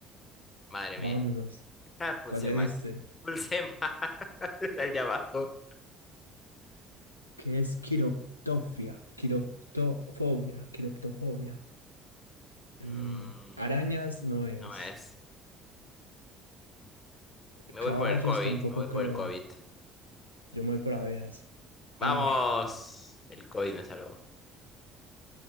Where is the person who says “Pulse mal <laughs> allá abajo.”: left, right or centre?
Left